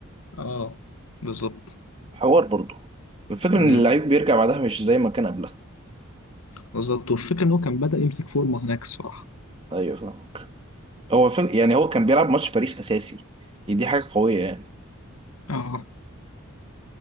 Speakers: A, on the left (about 80°); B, on the right (about 25°).
A: اه بالظبط
B: حوار برضه الفكره
A: امم
B: ان اللعيب بيرجع بعدها مش زي ما كان قبلها
A: بالظبط والفكره ان هو كان بدأ يمسك فورمه هناك الصراحه
B: ايوه فاهمك هو فك... يعني هو كان بيلعب ماتش باريس اساسي دي حاجه قويه يعني
A: اه